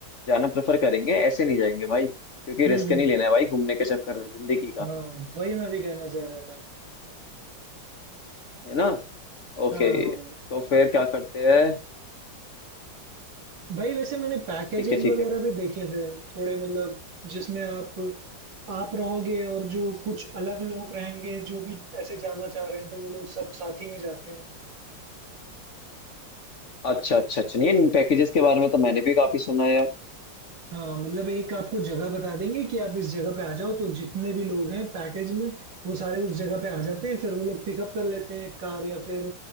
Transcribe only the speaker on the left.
जाना प्रेफर करेंगे ऐसे नहीं जाएंगे भाई क्योंकि
रिस्क
नहीं लेना है भाई घूमने के चक्कर में जिंदगी का
है ना ओके
तो फिर क्या करते हैं
ठीक है ठीक
है
अच्छा अच्छा अच्छा नहीं इन पैकेजेस के बारे में तो मैंने भी काफी सुना है यार